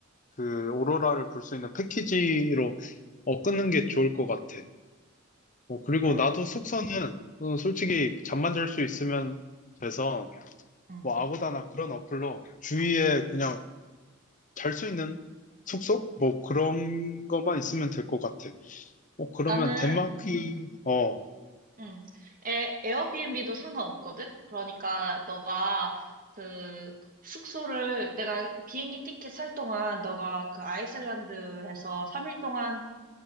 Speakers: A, on the left (about 40°); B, on the right (about 45°).
A: 그 오로라를 볼 수 있는 패키지로 어, 끊는 게 좋을 것 같아. 어, 그리고
B: 그래.
A: 나도 숙소는 어, 솔직히 잠만 잘 수 있으면 돼서
B: 응.
A: 뭐 아고다나 그런 어플로 주위에 그냥 잘 수 있는 숙소? 뭐 그런 것만 있으면 될 것 같아. 어, 그러면
B: 나는
A: 덴마크, 음. 어, 어,
B: 응. 에, 에어비앤비도 상관없거든? 그러니까 너가 그 숙소를 내가 비행기 티켓 살 동안 너가 그 아이슬란드에서 3일 동안